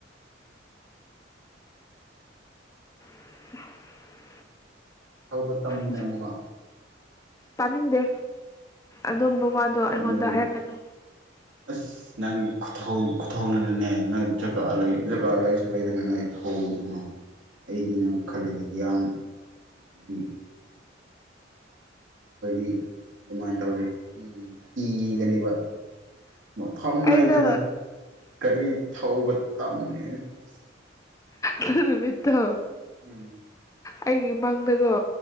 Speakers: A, on the left; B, on the right.
A: <unintelligible>
B: ꯊꯧꯕ ꯇꯝꯃꯨꯅꯦ
A: ꯑꯁ
B: ꯑꯃꯨꯛꯀꯥ
A: ꯇꯥꯅꯤꯡꯗꯦ
B: ꯒ꯭ꯔꯥꯎꯟꯗꯒꯨꯝꯕ
A: ꯑꯗꯨꯝꯕ ꯋꯥꯗꯣ
B: ꯇꯝꯃꯗꯤ
A: ꯑꯩꯉꯣꯟꯗ ꯍꯥꯏꯔꯛꯀꯅꯨ
B: ꯑꯁ ꯅꯪꯒꯤ ꯈꯨꯊꯧ ꯈꯨꯊꯧꯅꯅꯅꯦ ꯅꯣꯏ ꯖꯒꯥ ꯂꯩ ꯖꯒꯥ ꯂꯩꯁꯨ ꯂꯩꯗꯅ ꯅꯣꯏ ꯊꯧꯗꯨꯅꯣ ꯑꯩꯗꯤ ꯅꯪ ꯈꯜꯂꯤꯅꯦ ꯌꯥꯝ ꯍꯥꯏꯗꯤ ꯑꯩꯈꯣꯏꯗꯤ ꯑꯗꯨꯃꯥꯏꯅ ꯇꯧꯔꯗꯤ ꯀꯤ ꯀꯤꯒꯅꯤꯕ ꯃꯐꯝ
A: ꯑꯩꯗꯣ
B: ꯂꯩꯇꯅ ꯒꯥꯔꯤ ꯊꯧꯕ ꯇꯝꯃꯤ ꯑꯁ
A: ꯑꯗꯨ ꯅꯨꯃꯤꯠꯇꯣ
B: ꯎꯝ
A: ꯑꯩꯒꯤ ꯃꯪꯗꯒꯣ